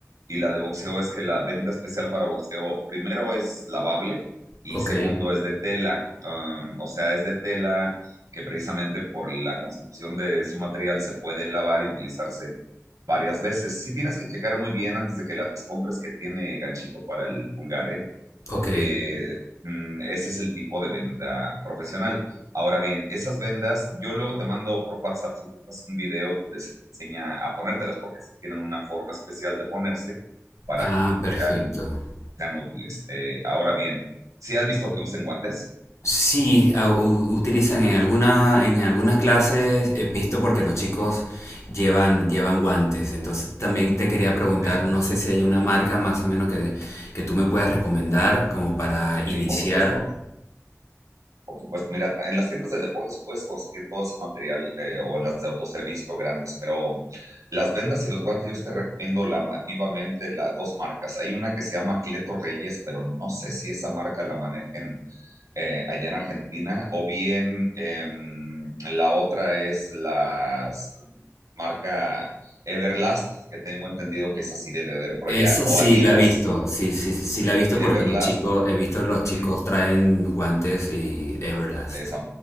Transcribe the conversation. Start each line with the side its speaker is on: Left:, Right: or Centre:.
Right: y la de boxeo es que la venda especial para boxeo, primero es lavable y
Left: Ok,
Right: segundo es de tela, Um, o sea, es de tela que precisamente por la constitución de su material se puede lavar y utilizarse varias veces. Sí tienes que checar muy bien antes de que las compres que tiene ganchito para el pulgar, ¿eh? porque
Left: ok.
Right: mm, ese es el tipo de venda profesional. Ahora bien, esas vendas, yo luego te mando por WhatsApp si gustas, un video donde se te enseña a ponértelas porque sí tienen una forma especial de ponerse para
Left: Ah,
Right: que
Left: perfecto.
Right: sean, sean útiles. Eh, ahora bien, si has visto que usen guantes,
Left: Sí, a- u- utilizan en alguna, en algunas clases, he visto porque los chicos llevan, llevan guantes. Entonces también te quería preguntar,
Right: Ok.
Left: no sé si hay una marca más o menos que, que tú me puedas recomendar como para iniciar.
Right: sí, por supuesto. Por supuesto, mira, en las tiendas de deportes puedes conseguir todo ese material eh, o en las de autoservicio grandes, pero las vendas y los guantes yo te recomiendo la, ma- vivamente las dos marcas. Hay una que se llama Cleto Reyes, pero no sé si esa marca la manejen eh, allá en Argentina o bien em, la otra es la marca Everlast, que tengo entendido que esa sí debe de haber por
Left: Eso
Right: allá, o
Left: sí
Right: Adidas,
Left: la he visto, sí, sí, sí
Right: mm,
Left: la he visto
Right: Everlast,
Left: porque los chicos, he visto los chicos
Right: ujú,
Left: traen guantes y Everlast.
Right: de esa